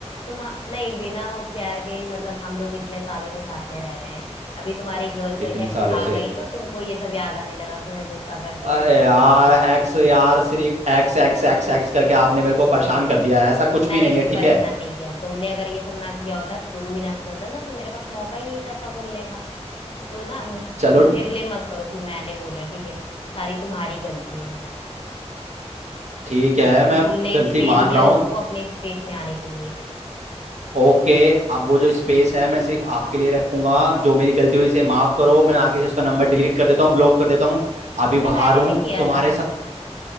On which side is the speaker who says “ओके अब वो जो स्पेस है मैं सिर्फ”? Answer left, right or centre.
Right